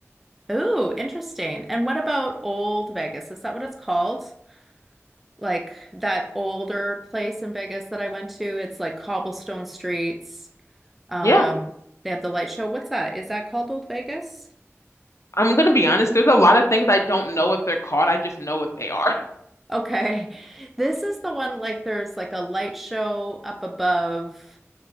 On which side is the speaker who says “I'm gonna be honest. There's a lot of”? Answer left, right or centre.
Left